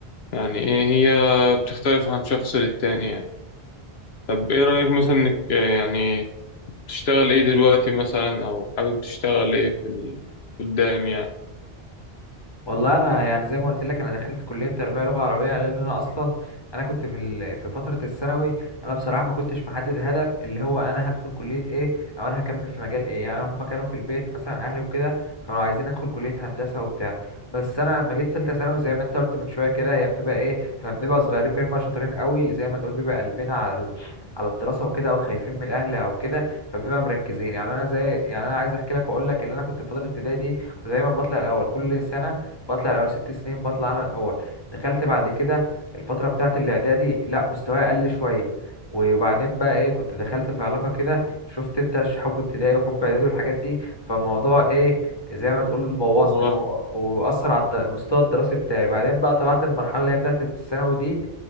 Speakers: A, on the left (about 75°); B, on the left (about 25°).
A: يعني إيه هي بتختلف عن شخص للتاني يعني طب إيه رأيك مثلا إنك آه، يعني بتشتغل إيه دلوقتي مثلا أو حابب تشتغل إيه في ال... قدام يعني
B: والله انا يعني زي ما قلت لك انا دخلت كليه تربيه لغه عربيه لان انا اصلا انا كنت في ال... في فتره الثانوي انا بصراحه ما كنتش محدد هدف اللي هو انا هدخل كليه ايه او انا هكمل في مجال ايه يعني هم كانوا في البيت مثلا اهلي وكده كانوا عايزين ادخل كليه هندسه وبتاع بس انا لما جيت ثالثه ثانوي زي ما انت قلت من شويه كده هي بتبقى ايه احنا بنبقى صغيرين بنبقى شاطرين قوي زي ما تقول بيبقى قلبنا على ال... على الدراسه وكده او خايفين من الاهل او كده فبنبقى مركزين يعني انا زي يعني انا عايز احكي لك واقول لك ان انا كنت في فتره ابتدائي دي كنت دايما بطلع الاول كل سنه بطلع الاول ست سنين بطلع انا الاول دخلت بعد كده الفتره بتاعه الاعدادي لا مستواي قل شويه وبعدين بقى ايه كنت دخلت في علاقه كده شفت انت ش- حب ابتدائي وحب اعدادي والحاجات دي فالموضوع ايه زي ما تقول بوظني
A: اه
B: ف- واثر على الد- المستوى الدراسي بتاعي بعدين بقى طلعت المرحله اللي هي بتاعه الثانوي دي